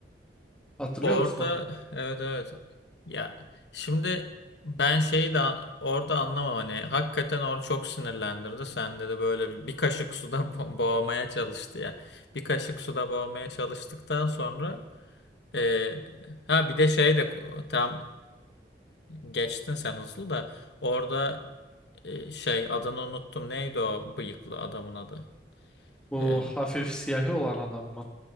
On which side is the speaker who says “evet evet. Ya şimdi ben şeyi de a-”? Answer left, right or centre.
Left